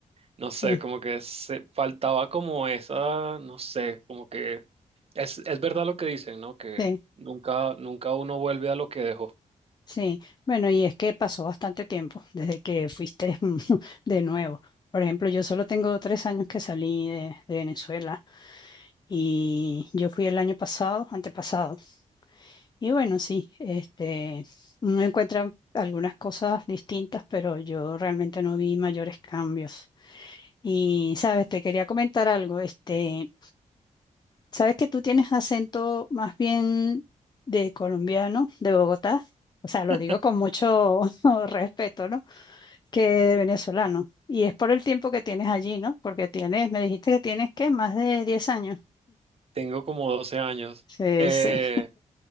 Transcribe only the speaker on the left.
sí,
sí,
sí. Bueno, y es que pasó bastante tiempo desde que fuiste <laughs> de nuevo. Por ejemplo, yo solo tengo tres años que salí de de Venezuela y yo fui el año pasado, antepasado. Y bueno, sí, este, uno encuentra algunas cosas distintas, pero yo realmente no vi mayores cambios. Y, sabes, te quería comentar algo, este, sabes que tú tienes acento más bien de colombiano, de Bogotá, o sea,
lo digo con mucho <laughs> respeto, ¿no? Que de venezolano. Y es por el tiempo que tienes allí, ¿no? Porque tienes, me dijiste que tienes, ¿qué? Más de 10 años.
Sí,
sí,